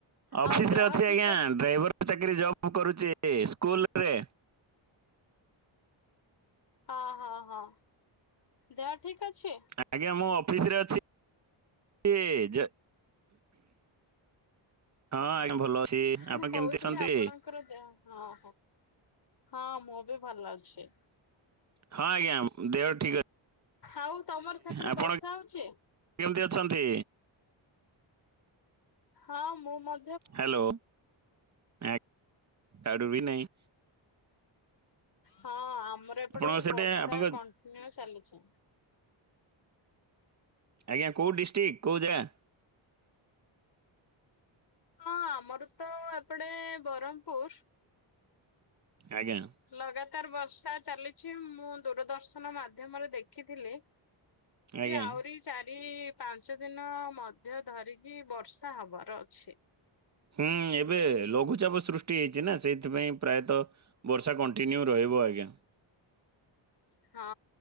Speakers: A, on the right; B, on the left.
A: ଅଫିସ
B: ଆଉ ଦେହ
A: ରେ ଅଛି
B: ଠିକ
A: ଆଜ୍ଞା ଡ୍ରାଇଭର ଚାକିରି ଜବ କରୁଛି ସ୍କୁଲ ରେ।
B: ହଁ ହଁ ହଁ ଦେହ ଠିକ ଅଛି?
A: ଆଜ୍ଞା ମୁଁ ଅଫିସ ରେ ଅଛି। ହଁ ଆଜ୍ଞା ଭଲ ଅଛି। ଆପଣ
B: ମୁଁ କହୁଥିଲି
A: କେମିତି ଅଛନ୍ତି?
B: ଆପଣ ଦେ ହଁ ହ ହଁ ମୁଁ ବି ଭଲ ଅଛି।
A: ହଁ ଆଜ୍ଞା ଦେହ ଠିକ ଅଛି।
B: ଆଉ ତମର ସେପଟେ
A: ଆପଣ
B: ବର୍ଷା ହଉଛି?
A: କେମିତି ଅଛନ୍ତି?
B: ହଁ ମୁଁ ମ
A: ହ୍ୟାଲୋ ଏକ ତାଡୁ ବି ନାହିଁ।
B: ହଁ ଆମର ଏପଟେ
A: ଆପଣଙ୍କ ସେଟେ
B: ବର୍ଷା
A: ଆପଣଙ୍କ
B: କଣ୍ଟିନ୍ୟୁ ଚାଲିଛି।
A: ଆଜ୍ଞା କୋଉ ଡିଷ୍ଟ୍ରିକ୍ଟ କୋଉ ଜାଗା?
B: ହଁ ଆମର ତ ଏପଟେ ବରମପୁର।
A: ଆଜ୍ଞା।
B: ଲଗାତାର ବର୍ଷା ଚାଲିଛି ମୁଁ ଦୂରଦର୍ଶନ ମାଧ୍ୟମରେ ଦେଖିଥିଲି।
A: ଆଜ୍ଞା
B: ଯେ ଆହୁରି ଚାରି ପାଞ୍ଚ ଦିନ ମଧ୍ୟ ଧରିକି ବର୍ଷା ହବାର ଅଛି।
A: ହୁଁ ଏବେ ଲଘୁଚାପ ସୃଷ୍ଟି ହେଇଛି ନା ସେଇଥିପାଇଁ। ପ୍ରାୟତଃ ବର୍ଷା କଣ୍ଟିନ୍ୟୁ ରହିବ ଆଜ୍ଞା।
B: ହଁ